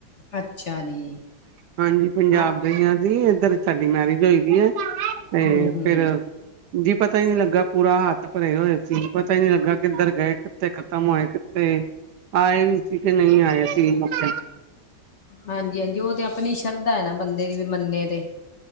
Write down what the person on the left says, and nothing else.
ਅੱਛਾ ਜੀ।
ਆ
ਹੂੰ ਹੂੰ
ਹਾਂਜੀ, ਹਾਂਜੀ ਓ ਤੇ ਆਪਣੀ ਸ਼ਰਧਾ ਐ ਨਾ ਬੰਦੇ ਦੀ ਵੀ ਮੰਨੇ ਤੇ।